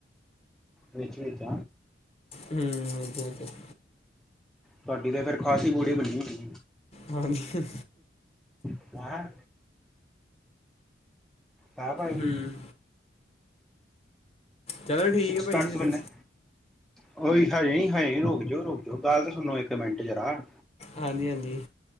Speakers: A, in the centre; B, on the left.
A: ਵਿੱਚ ਵਿਚ।
B: ਹਮ ਇਹ ਤੇ ਹੈ।
A: ਤੁਹਾਡੀ ਤੇ ਫੇਰ ਖਾਸੀ ਬੋਡੀ ਬਣੀ ਦੀ।
B: ਬਣ ਗਈ।
A: ਹੈਂ? ਹਾਂ ਭਾਈ।
B: ਹੂੰ ਚਲੋ ਠੀਕ
A: ਸਿਕਸ
B: ਹੈ ਭਾਜੀ
A: ਪੈਕਸ
B: ਫਿਰ
A: ਬਣੇ। ਉਹੀ ਹਜੇ ਨੀ ਖਾਏ ਰੁਕ ਜਾਓ। ਰੁੱਕ ਜਾਓ ਗੱਲ ਤਾਂ ਸੁਣੋ ਇੱਕ ਮਿੰਟ ਜਰਾ।
B: ਹਾਂਜੀ- ਹਾਂਜੀ।